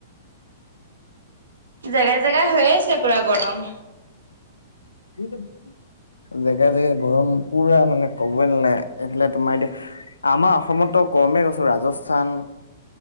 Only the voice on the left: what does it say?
কি <unintelligible> জেগা জেগা গৰম পোৰা মানে কবই নালাগে। এইফালে তোমাৰ এতিয়া আমাৰ অসমত কমে কইছো ৰাজস্থান